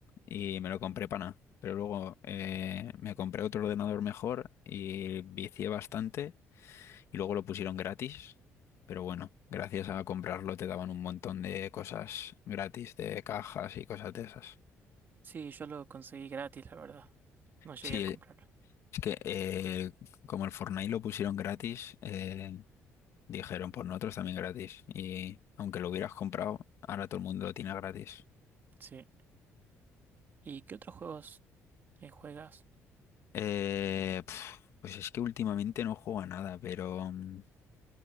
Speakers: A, on the left; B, on the right.
A: Y me lo compré para nada. Pero luego eh, me compré otro ordenador mejor y vicié bastante. Y luego lo pusieron gratis. Pero bueno, gracias a comprarlo te daban un montón de cosas gratis, de cajas y cosas de esas.
B: Sí, yo lo conseguí gratis, la verdad. No llegué
A: Sí,
B: a comprarlo.
A: eh, es que eh, como el Fortnite lo pusieron gratis, eh, dijeron, pues nosotros también gratis. Y aunque lo hubieras comprado, ahora todo el mundo lo tiene gratis.
B: Sí. ¿Y qué otros juegos eh, juegas?
A: Eh, pf, pues es que últimamente no juego a nada, pero mm,